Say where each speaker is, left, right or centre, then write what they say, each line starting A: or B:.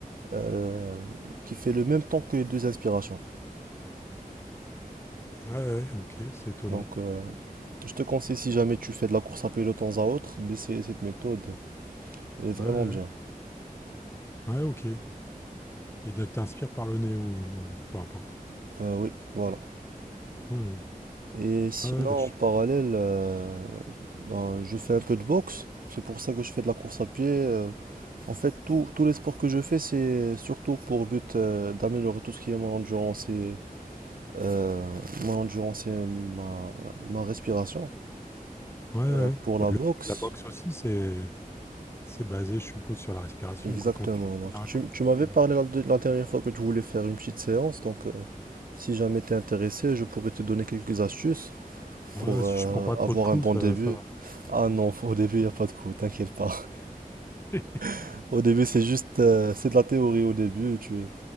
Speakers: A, on the right; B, on the left.
A: euh, qui fait le même temps que les deux inspirations.
B: Ah Ouais, ouais, ok, c'est étonnant.
A: Donc, euh, je te conseille, si jamais tu fais de la course à pied de temps à autre, d'essayer cette méthode. Elle est vraiment
B: Ouais, ouais,
A: bien.
B: Ouais, Ah ouais, ok. Et de- t'inspires par le nez ou, ou peu importe.
A: Euh, oui, voilà.
B: Hmm.
A: Et sinon,
B: Ouais, ouais, bah, je-
A: en parallèle, euh, ben, je fais un peu de boxe. C'est pour ça que je fais de la course à pied. euh. en fait, tout- tous les sports que je fais, c'est surtout pour but euh, d'améliorer tout ce qui est mon endurance et, euh, mon endurance et ma, ma respiration.
B: ouais, ouais.
A: Euh,
B: ouais.
A: pour la
B: Bah,
A: boxe,
B: le- la boxe aussi, c'est c'est basé, je suppose, sur la respiration,
A: exactement.
B: quoi. Quand tu
A: Donc,
B: d'un
A: tu,
B: coup...
A: tu m'avais
B: tu-
A: parlé la, de- la dernière fois que tu voulais faire une petite séance. Donc, euh, si jamais tu es intéressé, je pourrais te donner quelques astuces.
B: Ouais,
A: pour
B: ouais, si
A: euh,
B: je prends pas trop
A: avoir
B: de coups,
A: un bon
B: ça,
A: début.
B: ça va.
A: Ah non, <laughs> faut- au début, il n'y a pas de coup, t'inquiète pas.
B: <laughs>
A: <laughs> Au début, c'est juste, euh, c'est de la théorie au début. Tu,